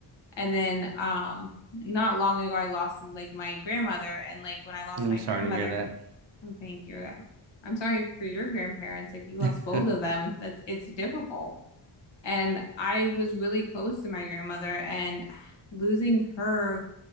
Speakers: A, on the left (about 75°); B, on the right (about 60°).
A: And then um not long ago I lost like my grandmother and like when I lost
B: i'm
A: my
B: sorry
A: grandmother,
B: to hear that
A: I think you're I'm sorry for your grandparents, like you lost
B: <laughs>
A: both of them. That's it's difficult. And I was really close to my grandmother and losing her